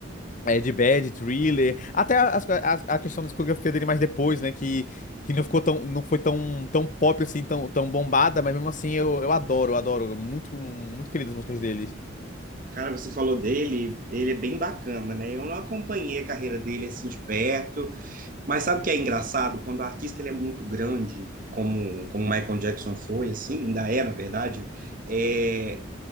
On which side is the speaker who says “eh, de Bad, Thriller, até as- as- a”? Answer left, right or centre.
Left